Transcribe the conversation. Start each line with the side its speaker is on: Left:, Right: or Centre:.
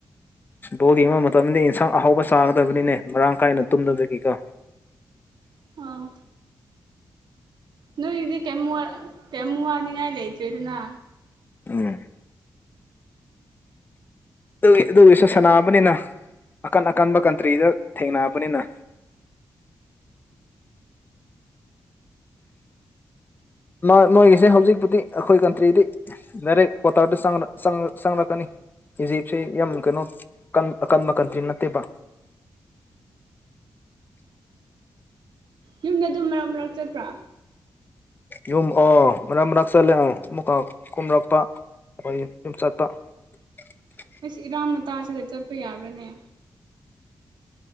Left: ꯕꯣꯜ ꯌꯦꯡꯕ ꯃꯇꯝꯗꯤ ꯏꯟꯁꯥꯡ ꯑꯍꯥꯎꯕ ꯆꯥꯒꯗꯕꯅꯤꯅꯦ ꯃꯔꯥꯡ ꯀꯥꯏꯅ ꯇꯨꯝꯗꯕꯗꯒꯤꯀꯣ
Right: ꯑꯥ ꯅꯣꯏꯒꯤꯗꯤ ꯀꯩꯝ ꯋꯥ ꯀꯩꯝ ꯋꯥꯅꯤꯡꯉꯥꯏ ꯂꯩꯇ꯭ꯔꯦꯗꯅ
Left: ꯎꯝ ꯑꯗꯨꯏ ꯑꯗꯨꯒꯤꯁꯨ ꯁꯅꯥꯕꯅꯤꯅ ꯑꯀꯟ ꯑꯀꯟꯕ ꯀꯟꯇ꯭ꯔꯤꯗ ꯊꯦꯡꯅꯕꯅꯤꯅ ꯅꯥ ꯅꯣꯏꯒꯤꯁꯦ ꯍꯧꯖꯤꯛꯄꯨꯗꯤ ꯑꯈꯣꯏ ꯀꯟꯇ꯭ꯔꯤꯗꯤ ꯗꯥꯏꯔꯦꯛ ꯀ꯭ꯋꯥꯇꯔꯗ ꯆꯪꯔ ꯆꯪ ꯆꯪꯔꯛꯀꯅꯤ ꯏꯖꯤꯞꯁꯦ ꯌꯥꯝ ꯀꯩꯅꯣ ꯀꯟ ꯑꯀꯟꯕ ꯀꯟꯇ꯭ꯔꯤ ꯅꯠꯇꯦꯕ
Right: ꯌꯨꯝꯗ ꯑꯗꯨꯝ ꯃꯔꯛ ꯃꯔꯛ ꯆꯠꯄ꯭ꯔꯥ
Left: ꯌꯨꯝ ꯑꯣ ꯃꯔꯛ ꯃꯔꯛ ꯆꯠꯂꯦ ꯑꯥ ꯑꯃꯨꯛꯀꯥ ꯀꯨꯝꯂꯛꯄ ꯑꯈꯣꯏ ꯌꯨꯝ ꯆꯠꯄ <unintelligible>
Right: ꯏꯁ ꯏꯔꯥꯡ ꯃꯇꯥꯁꯤꯒ ꯆꯠꯄ ꯌꯥꯕ꯭ꯔꯥꯅꯦ